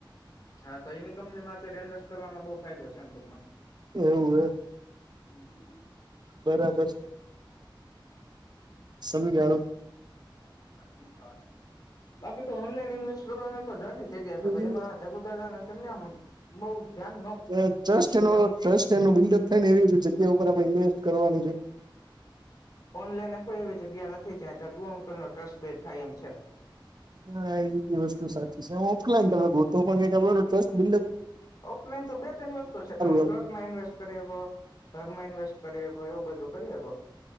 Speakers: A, on the left (about 50°); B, on the right (about 55°).
A: હા તો એની કંપનીમાં અત્યારે ઇન્વેસ્ટ કરવામાં બહુ ફાયદો છે આમ ટૂકમાં
B: એવું હ
A: હમ હમ
B: બરાબર સમજારું
A: ી થવાનું બાકી તો ઓનલાઈન ઇન્વેસ્ટ કરવાની તો જદી જગ્યા
B: ટ્રસ્ટ
A: છે એમાં જગુદાદા ને સમજ બઉ ધ્યાન
B: ટ્રસ્ટ એનો
A: આમ
B: ટ્રસ્ટ એનો બિલ્ડઅપ થાય ને એવી જગ્યા ઉપર આપડણે ઇન્વેસ્ટ કરવાનું છે
A: ઓનલાઈનને કોઈ એવી જગ્યા નથી જ્યાં જગુ અંકલ નો ટ્રસ્ટ બેડ થાય એમ છે
B: હા એ બી વસ્તુ સાચી છે હ ઓકલાયનેમે તો પણ ખ ટસ્ટ બ
A: ઓફલાઈન તો બે ત્રણ વસ્તુ છે તમે
B: એમ
A: પ્લોટમાં ઇન્વેસ્ટ કરી હો ઘરમાં ઇન્વેસ્ટ કરીગ એવું બધું કરીએગો